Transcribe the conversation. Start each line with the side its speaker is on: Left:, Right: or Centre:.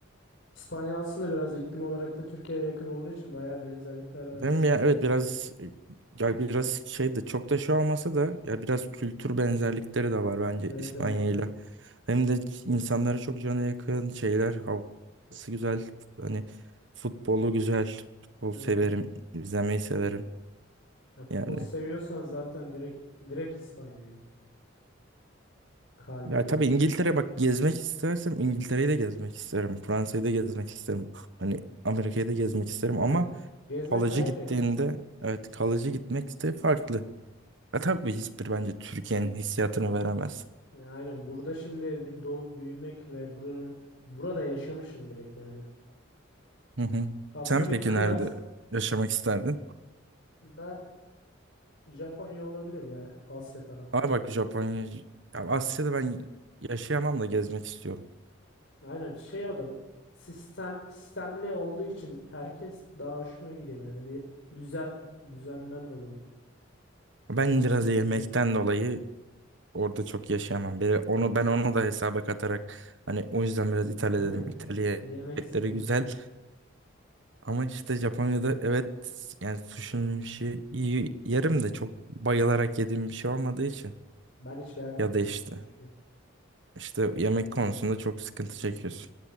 Left: İspanya aslında biraz iklim olarak da Türkiye'ye yakın olduğu için bayağı benzerlikler var
Right: Hem
Left: İspanya
Right: ya evet
Left: Türkiye.
Right: biraz ya biraz şey de çok da şey olmasa da ya biraz kültür benzerlikleri de var bence
Left: Evet
Right: İspanya
Left: evet.
Right: ile. Hem de insanlara çok cana yakın şeyler havası güzel. Hani futbolu güzel. Futbol
Left: Evet.
Right: severim, izlemeyi severim
Left: Ya futbol
Right: yani.
Left: seviyorsan zaten direkt direkt İspanya ya. Kalbi.
Right: Ya tabii İngiltere bak gezmek istersem İngiltere'yi de gezmek isterim. Fransa'yı da gezmek isterim. Hani Amerika'yı da gezmek isterim
Left: Aynen.
Right: ama
Left: Gezmek
Right: kalıcı
Left: ayrı
Right: gittiğinde
Left: ya.
Right: evet kalıcı gitmek de farklı. Ya tabii hiçbir bence Türkiye'nin hissiyatını veremez.
Left: Ya Aynen. Burada şimdi bir doğup büyümek ve buranın burada yaşamışsın direkt yani.
Right: Hı hı.
Left: Aslında
Right: Sen
Left: bir
Right: peki
Left: kıyas
Right: nerede yaşamak isterdin?
Left: ben Japonya olabilir ya. Asya tarafları
Right: Abi bak
Left: biraz
Right: Japonya,
Left: da.
Right: ya Asya'da ben yaşayamam da gezmek istiyorum.
Left: Aynen şey o da sistem sistemli olduğu için herkes daha hoşuma gidiyor. Yani bir düzen düzenden dolayı.
Right: Ben
Left: Düzensizlik
Right: biraz da yemekten
Left: sevmiyorum.
Right: dolayı Orada çok yaşayamam. Bir, onu ben onu da hesaba katarak hani o yüzden biraz
Left: <laughs>
Right: İtalya
Left: Aynen
Right: dedim. İtalya
Left: y- yemek
Right: yemekleri
Left: sıkıntı.
Right: güzel ama işte Japonya'da evet yani sushi'nin işi iyi yerim de çok bayılarak yediğim bir şey olmadığı için
Left: Ben hiç beğenmiyorum
Right: ya da
Left: ya
Right: işte
Left: suşi.
Right: işte yemek konusunda çok sıkıntı çekiyorsun.